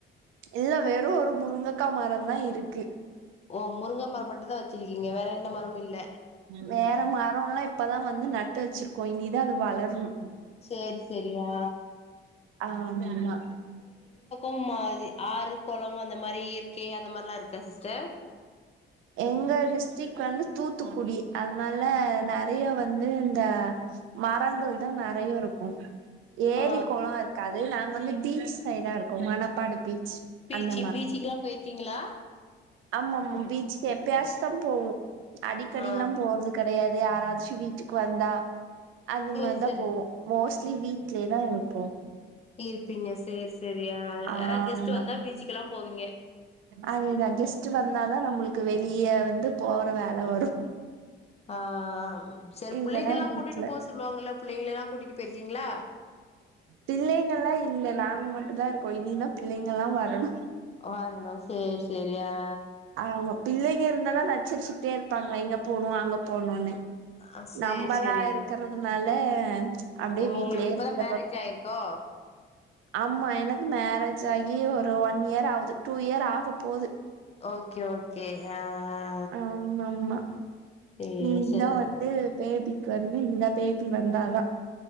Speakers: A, on the right (about 80°); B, on the left (about 30°).
A: இல்ல வெறு ஒரு முருங்கக்கா மரதா இருக்கு
B: ஓ முருங்க மர மட்டு தா வச்சிருக்கீங்க வேற என்ன மரமு இல்ல
A: வேற மரம்லா இப்பதா வந்து நட்டு வச்சிர்க்கோ இனிதா அது வளர்ணும்
B: சேர் செரியா
A: ஆம்மா
B: ம்ம் மாரி ஆறு குள அந்த மாரி இயற்கை அந்த மாரிலா இருக்கா சிஸ்டர்
A: எங்க டிஸ்ட்ரிக்ட் வந்து தூத்துக்குடி அதனால நெறைய வந்து இந்அ மரங்கள் தா நெறைய இருக்கும் ஏரி
B: ஆ
A: குள இருக்கு அது நாங்க வந்து பீச் சைடா இருக்கோ மணப்பாடு பீச்
B: பீச்சி
A: அந்த
B: பீச்சிக்குலா போயிருக்கீங்களா
A: ஆமா ஆமா பீச் எப்யாச்சும் தா போவோ அடிக்கடி
B: ஆ
A: ல்லா போற்து கடையாது யாராச்சும் வீட்டுக்கு வந்தா அந்த
B: சேரி
A: மாரிதா
B: சேரி
A: போவோ மோஸ்ட்லி வீட்லே தா இருப்போ
B: இருப்பீங்க செர் சேரி் யாராவது
A: ஆமா
B: கெஸ்ட்ட் வந்தா பீச்சுக்கெல்லா போவீங்க
A: அதேதா கெஸ்ட் வந்தாதா நம்பளுக்கு வெளிய வந்து போற வேல வரு
B: ஆஹ் ஆஹ் சரி
A: இல்லன்னா
B: புள்ளைங்கள்ளா
A: வீட்ல
B: கூட்டிட்டு போக சொல்லுவாங்கல்ல புள்ளங்கல்ல கூட்டிட்டு போயிருக்கீங்களா
A: பிள்ளெங்கெல்லா இல்ல நாங்க மட்டு தா இருக்கோ இனிதா பிள்ளெகல்லா வரணு
B: வரணு சேரி சேரி அ
A: ஆமா பிள்ளைங்க இருந்தாதா நச்சரிச்சுட்டே இருப்பாங்களே இங்க போணு அங்க போணுனு
B: ஆ சேரி
A: நம்பளா
B: சேரி
A: இருக்குறதுனால அப்டே
B: உங்களுக்கு
A: வீடலயே
B: இப்பதா
A: இருக்குறது
B: மேரேஜ் ஆயிருக்கோ
A: ஆமா எனக்கு மேரேஜ் ஆகி ஒரு ஒன் இயர் ஆவுது டூ இயர் ஆக போது
B: ஓக்கே ஓக்கே ஆ ஆ
A: ஆமா ஆமா
B: சேரி
A: நீ
B: சேரி
A: தா வந்து பேபிக்கு வந்து இந்த பேபி வந்தாதா